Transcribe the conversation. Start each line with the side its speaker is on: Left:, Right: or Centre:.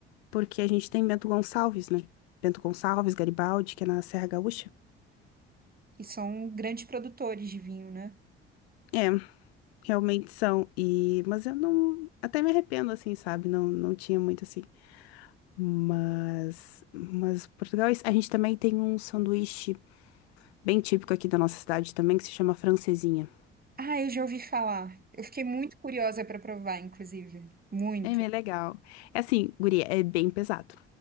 Left: porque a gente tem Bento Gonçalves, né? Bento Gonçalves, Garibaldi, que é na Serra Gaúcha.
Right: E são grandes produtores de vinho, né?
Left: É, realmente são, e mas eu não, até me arrependo assim, sabe? Não, não tinha muito assim. Mas, mas Portugal, a gente também tem um sanduíche bem típico aqui da nossa cidade também, que se chama francesinha.
Right: Ah, eu já ouvi falar. Eu fiquei muito curiosa para provar, inclusive. Muito.
Left: É bem legal. É assim, guria, é bem pesado.